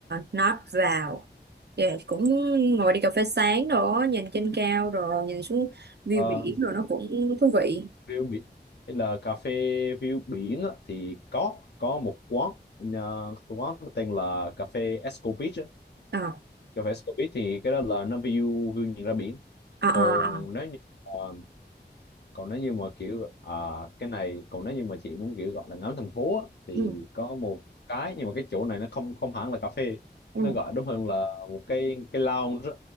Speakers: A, on the right; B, on the left.
A: note vào. Dạ, cũng ngồi đi cà phê sáng đó, nhìn trên cao rồi, nhìn xuống view
B: Ờ,
A: biển rồi nó cũng thú vị.
B: view biển hay là cà phê view biển á, thì có có một quán ờ, quán nó tên là cà phê Esco Beach á.
A: Ờ,
B: Cà phê Scorpit thì cái đó là nó view view nhìn ra biển
A: ờ,
B: còn
A: ờ, ờ.
B: nếu như ờ, còn nếu như mà kiểu à, cái này còn nếu như mà chị muốn kiểu gọi là ngắm thành phố á, thì
A: Ừ,
B: có một cái nhưng mà cái chỗ này nó không không hẳn là cà phê
A: ừ.
B: nó gọi đúng hơn là một cái cái lounge á.